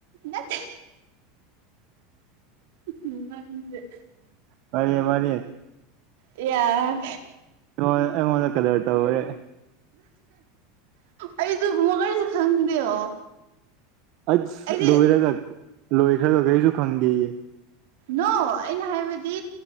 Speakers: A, on the right (about 65°); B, on the right (about 45°).
A: ꯅꯠꯇꯦ ꯅꯪꯦ
B: ꯃꯔꯤꯦ ꯃꯔꯤꯦ
A: ꯌꯥ
B: ꯑꯩꯉꯣꯟ ꯑꯩꯉꯣꯟꯗ ꯀꯗꯔ ꯇꯧꯔꯦ
A: ꯑꯩꯁꯨ ꯃꯒꯜꯁꯨ ꯈꯪꯗꯦꯌꯣ
B: ꯑꯁ
A: ꯑꯩꯗꯤ
B: ꯂꯣꯏꯔꯒ ꯂꯣꯏꯈ꯭ꯔꯒ ꯀꯔꯤꯁꯨ ꯈꯪꯗꯦꯌꯦ
A: ꯅꯣ ꯑꯩꯅ ꯍꯥꯏꯕꯗꯤ